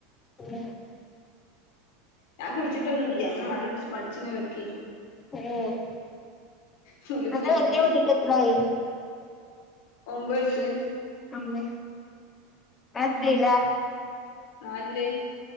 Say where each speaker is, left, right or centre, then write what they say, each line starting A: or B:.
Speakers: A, on the left; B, on the left.
A: <inaudible>
B: ഞാൻ കുളിച്ചിട്ടൊന്നുല്ല ഇങ്ങനെ മടിട്ച്ച് മടിച്ചിങ്ങനെ കെടക്കായിരുന്നു.
A: ഏഹ്
B: ഫുള്ളും
A: അന്റെ
B: നീങ്ങി
A: വല്യ കുട്ടിക്ക് എത്രായി
B: ഒമ്പ് വയസ്
A: <inaudible> അതെത്രീലാ
B: ഉം നാലില്